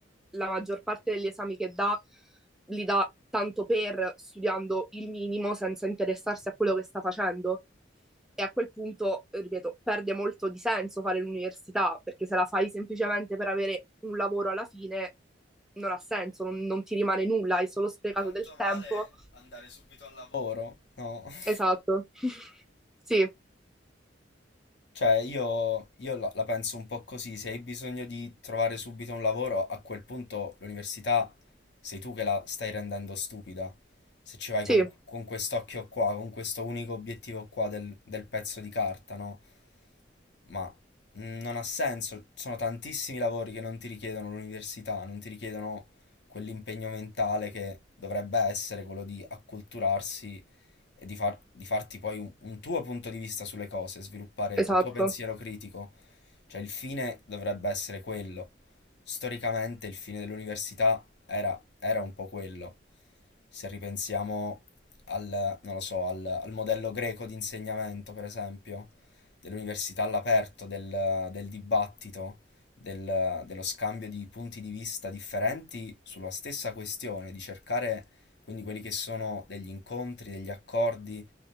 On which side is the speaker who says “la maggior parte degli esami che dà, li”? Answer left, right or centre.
Centre